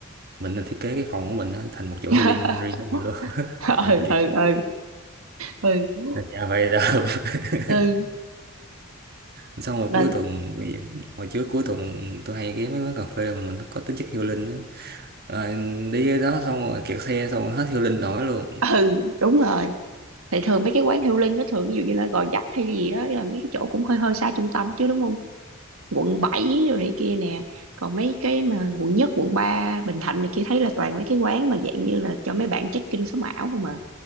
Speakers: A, on the right; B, on the right.
A: mình nên thiết kế cái phòng của mình á, thành một chỗ
B: <laughs>
A: healing riêng của mình luôn <laughs> Mày
B: ừ
A: biết.
B: ừ ừ ừ ừ
A: dạ vậy đâu <laughs>
B: ừ
A: xong rồi
B: Mà-
A: cuối tuần hồi trước cuối tuần tôi hay ghé mấy quán cà phê mà mình nó có tính chất healing á Rồi đi cái đó xong rồi kẹt xe xong rồi hết healing nổi luôn
B: ừ đúng rồi thì thường mấy cái quán healing nó thường ví dụ như là Gò Vấp hay gì đó là mấy cái chỗ cũng hơi hơi xa trung tâm chứ đúng không quận 7 rồi này kia nè còn mấy cái mà quận nhất quận ba Bình Thạnh này kia thấy là toàn mấy cái quán mà dạng như là cho mấy bạn check-in sống ảo không à